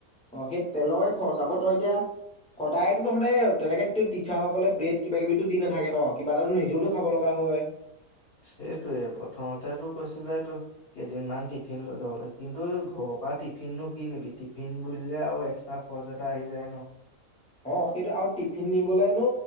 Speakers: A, in the centre; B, on the left.
A: অ' সেই তেলৰে খৰচ আকৌ। তই এতিয়া সদায়তো তহঁতে তেনেকে তো টিচাৰসকলে ব্ৰেড কিবা-কিবিতো দি নেথাকে ন'। কিবা এটাতো নিজেওতো খাব লগা হয়।
B: সেইটোৱে। প্ৰথমতেতো কৈছিলেতো কেইদিনমান টিফিন লৈ যাবলৈ। কিন্তু ঘৰৰ পৰা টিফিননো কি নিবি? টিফিন বুলিলে আৰু এক্সট্ৰা খৰচ এটা আহি যায় ন'।
A: অ' সেইটো আৰু টিফিন নিবলে নো